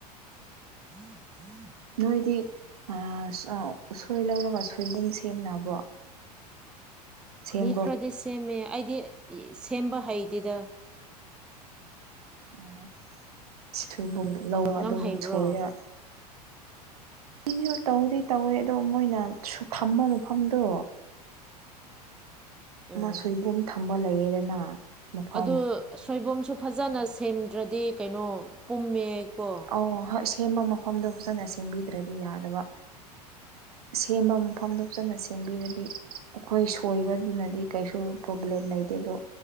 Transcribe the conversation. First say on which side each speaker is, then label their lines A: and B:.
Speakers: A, in the centre; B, on the right.
A: <unintelligible>
B: ꯅꯣꯏꯗꯤ ꯑꯥ ꯎꯁꯣꯏ ꯂꯧꯔꯒ ꯁꯣꯏꯕꯨꯝ ꯁꯦꯝꯅꯕ꯭ꯔꯣ ꯁꯦꯝꯕ꯭ꯔꯣ
A: ꯃꯤ ꯈꯔꯗꯤ ꯁꯦꯝꯃꯦ ꯑꯩꯗꯤ ꯁꯦꯝꯕ ꯍꯩꯇꯦꯗ
B: ꯑꯣ ꯁꯤꯊꯣꯏꯕꯨꯡꯗꯣ ꯂꯧꯔꯒ
A: ꯅꯪ
B: ꯑꯗꯨꯝ
A: ꯍꯩꯕ꯭ꯔꯣ
B: ꯁꯣꯏꯔ ꯏꯌꯣ ꯇꯧꯗꯤ ꯇꯧꯔꯤ ꯑꯗꯣ ꯃꯣꯏꯅ ꯁꯨ ꯊꯝꯕ ꯃꯐꯝꯗꯣ
A: <inaudible> ꯎꯝ
B: ꯃꯥ ꯁꯣꯏꯕꯨꯝ ꯊꯝꯕ ꯂꯩꯌꯦꯗꯅ ꯃꯐꯝ
A: ꯑꯗꯨ ꯁꯣꯏꯕꯨꯝꯁꯨ ꯐꯖꯅꯥ ꯁꯦꯝꯗ꯭ꯔꯥꯗꯤ ꯀꯩꯅꯣ ꯄꯨꯝꯃꯦ ꯀꯣ
B: ꯑꯣ ꯍꯣꯏ ꯁꯦꯝꯕ ꯃꯐꯝꯗꯣ ꯐꯖꯅꯥ ꯁꯦꯝꯕꯤꯗ꯭ꯔꯥꯗꯤ ꯌꯥꯗꯕ ꯁꯦꯝꯕ ꯃꯐꯝꯗꯣ ꯐꯖꯅꯥ ꯁꯦꯝꯕꯤꯔꯗꯤ ꯑꯩꯈꯣꯏ ꯁꯣꯏꯕꯗꯨꯅꯗꯤ ꯀꯩꯁꯨ ꯄ꯭ꯔꯣꯕ꯭ꯂꯦꯝ ꯂꯩꯇꯦ ꯗꯣ